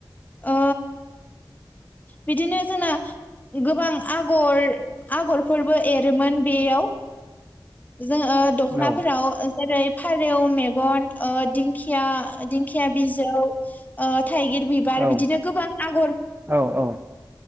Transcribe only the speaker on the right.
औ
औ
औ औ